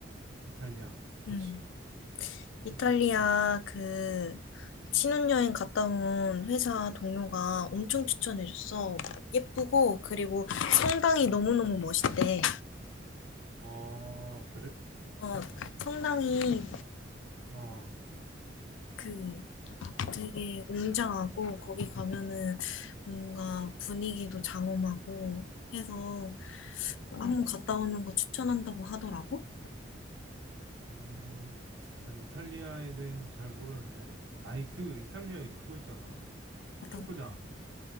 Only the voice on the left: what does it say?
음. 이탈리아,
그, 신혼여행 갔다 온 회사 동료가 엄청 추천해줬어. 예쁘고, 그리고 성당이 너무너무 멋있대.
어, 성당이
그 되게 웅장하고 거기 가면은 뭔가 분위기도 장엄하고 해서 한번 갔다 오는 거 추천한다고 하더라고.
어